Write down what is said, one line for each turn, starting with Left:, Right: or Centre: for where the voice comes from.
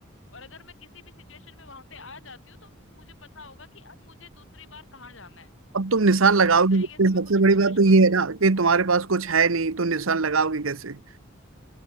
Left: और अगर मैं किसी भी सिचुएशन में वहां पे आ जाती हूँ तो मुझे पता होगा कि अब मुझे दूसरी बार कहाँ जाना है
Right: अब तुम निशान लगाओगे
Left: इस तरीके
Right: किससे?
Left: से मैं
Right: सबसे
Left: कुछ
Right: बड़ी
Left: कोशिश
Right: बात तो
Left: करूंगी
Right: ये है ना कि तुम्हारे पास कुछ है नहीं तो निशान लगाओगे कैसे